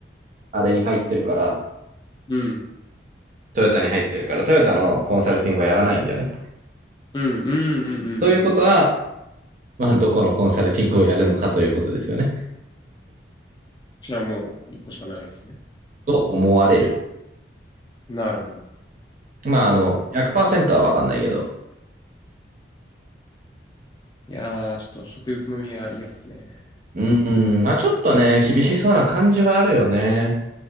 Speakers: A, on the right; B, on the left.
A: あれに入ってるから、
B: うん。
A: トヨタに入ってるから、トヨタのコンサルティングはやらないんだよね。
B: うん。うん。うん。うん。
A: ということは、
B: うん
A: まあ、どこのコンサルティングをやるのかということですよね。
B: じゃあもう、一個しかないですね。
A: と思われる。
B: なるほど。
A: まあ、あの、100%はわかんないけど。
B: いやー、ちょっと、初手宇都宮、嫌っすね。
A: うん、うんまあ、ちょっとね、厳しそうな感じはあるよね。